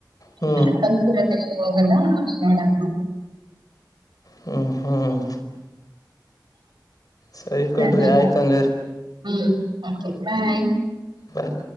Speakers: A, on the left; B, on the right.
A: ಹ್ಞೂ
B: ಅದ ಕಲ್ ಹೋಗಲ್ಲ ಆಮೇಲೆ ಬೇಡ ಅಂದ್ರು
A: ಹ್ಮ್ ಹ್ಮ್ ಸರಿಕಂಡ್ರಿ
B: ಸರಿ
A: ಆಯ್ತ ಹಂಗರೆ
B: ಹ್ಮ್ ಓಕೆ ಬಾಯ್
A: ಬಾಯ್